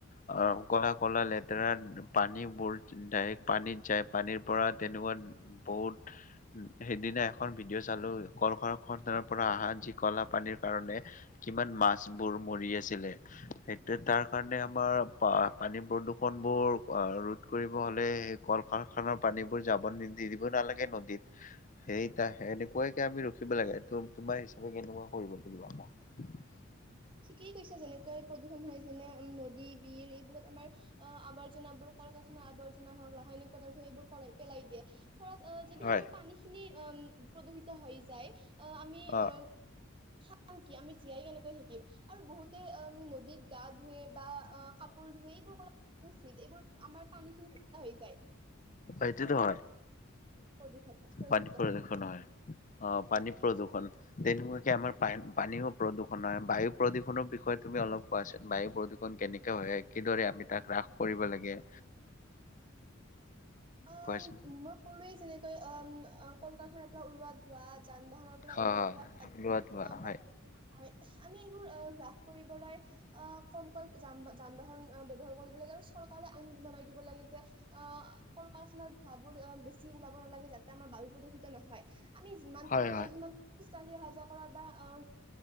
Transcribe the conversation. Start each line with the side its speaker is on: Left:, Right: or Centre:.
Left: অহ, কলা, কলা লে লেতেৰা পানীবোৰ ডাইৰেক্ট পানীত যায়। পানীৰ পৰা তেনেকুৱা বহুত, সেইদিনা এখন ভিডিঅ' চালো কলকাৰখানা পৰা অহা যি কলা পানীৰ কাৰণে কিমান মাছবোৰ মৰি আছিলে। সেইয়া তাৰ কাৰণে আমাৰ পানী প্ৰদূষণ বোৰ ৰোধ কৰিব হ'লে সেই কল খৰ পানীবোৰ যাব নি দিব নালাগে নদীত। সেইত সেনেকুৱাকে আমি ৰখিব লাগে। তটো তোমাৰ হিচাপে কেনেকুৱা কৰিব লাগিব আমাৰ
Right: ঠিকেই কৈছো, যেনেকৈ প্ৰদূষণ হয় যেনে নদী বিৰ এইবোৰত আমাৰ আৱৰ্জনাবোৰ কল-কাৰখানাৰ আৱৰ্জনা হওঁক ৰাসায়নিক পদাৰ্থ এইবোৰ পাই পেলাই দিয়ে। ফলত অ', যদি
Left: হয়
Right: আমাৰ পানী খিনি অম, প্ৰদূহিত হৈ যায়। অ', আমি
Left: অ
Right: অম। খাম কি? আমি জীয়াই কেনেকৈ থাকিম? আৰু বহুতে অ' নদীত গা ধুৱে বা অ', কাপোৰ ধুৱে এইবোৰ কৰা অনুচিত এইবোৰ আমাৰ পানীখিনি লেতৰা হৈ তাই
Left: এইটোতো হয়
Right: প্ৰদূষত প্ৰদূষিত
Left: পানী প্ৰদূৰষণ হয় অহ ', পানী প্ৰদূৰ্ষণ তেনেকুৱাকে আমাৰ প পানীয়ো প্ৰদূষন হয় বায়ু প্ৰদূৰণৰ বিষয়ে তুমি অলপ কোৱাচোন বায়ু প্ৰদূৰ্ষণ কেনেকে হয় কিদৰে আমি তাক হ্ৰাস কৰিব লাগে।
Right: অহ
Left: কোৱাচোন
Right: ', মই কলোৱে যেনেকৈ অহ ', কল কাৰখানাৰ পৰা ওলোৱাত ধোৱাত যান বাহনৰ পৰা
Left: হয়
Right: ওলোৱা
Left: হয়
Right: ধোৱাত <unintelligible>
Left: লোৱা ধোৱা
Right: আ বাধ
Left: হয়
Right: আমি এইবোৰ আহ', হ্ৰাস কৰিবলৈ আহ', কমকৈ যান বাহন ব্যৱহাৰ কৰিব লাগে আৰু চৰকাৰে আইন বনাই দিব লাগে যে আহ', কল ক খাত ধোৱাবোৰ বেছি ওলাব নালাগে যাতে আমাৰ বায়ু প্ৰদূষিত নহয়। আমি যিমান
Left: হয়
Right: পাৰো
Left: হয়
Right: অহ ', সিমান খোজ কঢ় অহা যোৱাত কৰা বা আহ',